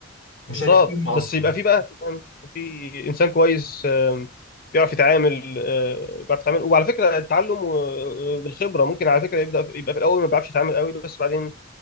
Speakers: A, on the left (about 80°); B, on the left (about 45°).
A: مش
B: بالظبط
A: هتهتم اصلا
B: بس يبقى في بقى فاهم؟ في انسان كويس آم، بيعرف يتعامل آه، بيعرف يتعامل وعلى فكره التعلم آه، بالخبره ممكن على فكره يبدا يبقى في الاول ما بيعرفش يتعامل قوي بس بعدين